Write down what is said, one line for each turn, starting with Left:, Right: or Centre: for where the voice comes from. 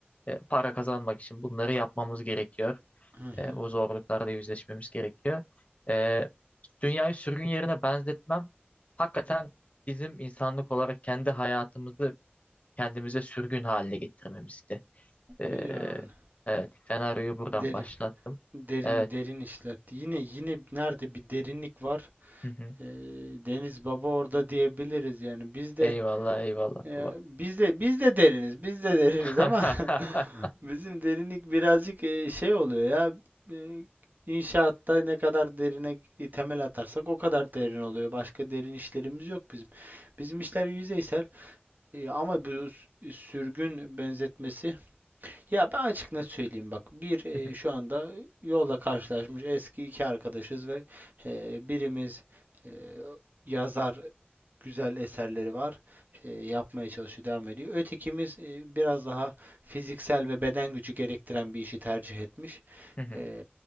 Left: e, para kazanmak için bunları yapmamız gerekiyor.
Right: Hı hı.
Left: E, bu zorluklarla yüzleşmemiz gerekiyor. E, dünyayı sürgün yerine benzetmem hakikaten bizim insanlık olarak kendi hayatımızı kendimize sürgün haline getirmemizdi. Ee,
Right: Yani
Left: evet senaryoyu buradan
Right: derin
Left: başlattım.
Right: derin
Left: Evet.
Right: derin işler. Yine yine nerede bir derinlik var
Left: Hı hı.
Right: Ee, Deniz Baba orada diyebiliriz yani. Biz de
Left: Eyvallah eyvallah
Right: ya
Left: baba.
Right: biz de biz de deriniz. Biz de deriniz
Left: <laughs>
Right: ama <laughs> bizim derinlik birazcık e, şey oluyor ya. e, İnşaatta ne kadar derine temel atarsak o kadar derin oluyor. Başka derin işlerimiz yok bizim. Bizim işler yüzeysel. E, ama bu sürgün benzetmesi ya ben açık net söyleyeyim bak. Bir e,
Left: Hı hı.
Right: şu anda yolla karşılaşmış eski iki arkadaşız ve e, birimiz e, yazar güzel eserleri var. E, yapmaya çalışıyor, devam ediyor. Ötekimiz e, biraz daha fiziksel ve beden gücü gerektiren bir işi tercih etmiş.
Left: Hı hı.
Right: E,